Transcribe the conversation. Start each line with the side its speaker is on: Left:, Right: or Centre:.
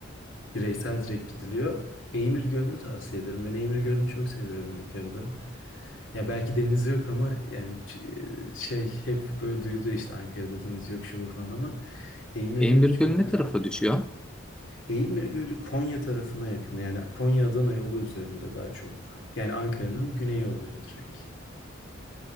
Left: bireysel direkt gidiliyor. Eymir Gölü'nü tavsiye ederim. Ben Eymir Gölü'nü çok seviyorum Ankara'da. Ya belki denizi yok ama yani ç- şey hep böyle duyuluyor işte Ankara'da deniz yok şu bu falan ama Eymir
Centre: Emirgöl
Left: Gölü çok
Centre: ne
Left: tatlı.
Centre: tarafa düşüyor?
Left: Eymir Gölü Konya tarafına yakın. Yani Konya-Adana yolu üzerinde daha çok. Yani Ankara'nın güneyi oluyor direkt.